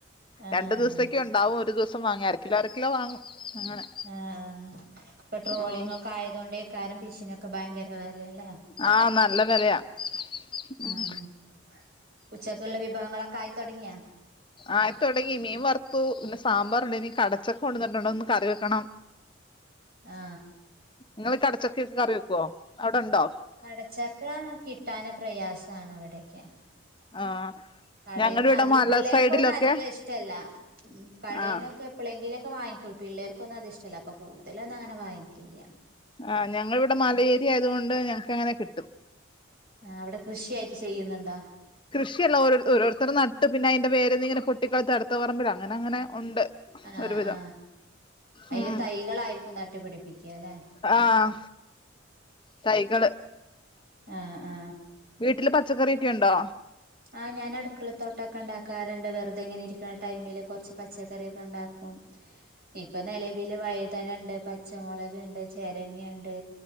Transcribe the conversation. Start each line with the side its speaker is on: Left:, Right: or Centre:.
Right: ആ
Left: രണ്ടു ദിവസേക്കും ഉണ്ടാവും ഒരു ദിവസം. സം വാങ്ങി അരകിലോ അരകിലോ വാങ്ങും. അങ്ങനെ
Right: ആഹ് ട്രോളിംഗ്
Left: ആഹ്
Right: ഒക്കെ ആയതേണ്ടേ. <unintelligible> മിഷൻ ഒക്കെ ഭയങ്കര വിലയാ. അല്ലെ
Left: ആഹ് നല്ല വെലയാ ഉം
Right: ആഹ് ഉച്ചക്കുള്ള വിഭവങ്ങളൊക്കെ ആയിത്തൊടങ്ങിയോ.
Left: ആയിത്തുടങ്ങി മീൻ വറുത്തു, പിന്നെ സാമ്പാറുണ്ടെന്ന് കടച്ചക്ക കൊണ്ടന്നിട്ടുണ്ടെന്ന് ഒന്ന് കറി വെക്കണം.
Right: ആ
Left: ഇങ്ങള് കടച്ച ക്ക കറി വെക്കോ അവിടെണ്ടോ?
Right: കടച്ചക്ക കിട്ടാൻ പ്രയാസയാണ് അവിടേക്ക്.
Left: ആഹ്
Right: കടന്ന്
Left: ഞങ്ങടെ ഇവിടെ
Right: ആദ്യ
Left: മല
Right: പിള്ളേർക്കൊന്നും
Left: സൈഡിലൊക്കെ
Right: അധികം ഇഷ്ടല്ല, കടന്നൊക്കെ
Left: ആഹ്
Right: എപ്പോഴെങ്കിലും. ഇപ്പൊ വാങ്ങിക്കും പിള്ളേക്കൊന്നും അത് ഇഷ്ടല്ല, അപ്പൊ കൂടുതലുയൊന്നും അങ്ങനെ വാങ്ങിക്കില്ല.
Left: ആഹ് ഞങ്ങൾ ഇവിടെ മല ഏരിയ ആയതുകൊണ്ട് ഞങ്ങക്ക് അങ്ങനെ കിട്ടും.
Right: ആഹ് അവിടെ കൃഷിയായിട്ട് ചെയ്യുന്നുണ്ടോ?
Left: കൃഷിയല്ല ഓ ഓരോരുത്തർ നട്ട് പിന്നെ അതിന്റെ വേര് ഇങ്ങനെ പൊട്ടി കിളർത്ത് അടുത്ത പറമ്പിലെ അങ്ങനെ അങ്ങനെ. ഉണ്ട്
Right: ആ
Left: ഒരുവിധം
Right: ആ അയിന്റെ
Left: ഉം
Right: തൈകളായിരിക്കും നട്ടുപിടിപ്പിക്കുകല്ലേ
Left: ആഹ് തൈകള്
Right: ആ ആ
Left: വീട്ടില് പച്ചക്കറിയൊക്കെ ഒണ്ടോ
Right: ആ ഞാൻ അടുക്കള തോട്ടൊക്കെ ഒണ്ടാക്കാറ്ണ്ട് വെറുതെ അതിങ്ങനെ ഇരിക്കുന്ന ടൈമില് കുറച്ച് പച്ചക്കറിയൊക്കെ ഉണ്ടാക്കും ഇപ്പൊ നിലവില് വൈതന ഇണ്ട് പച്ചമൊളക്, ഇണ്ട് ചിരങ്ങ ഇണ്ട്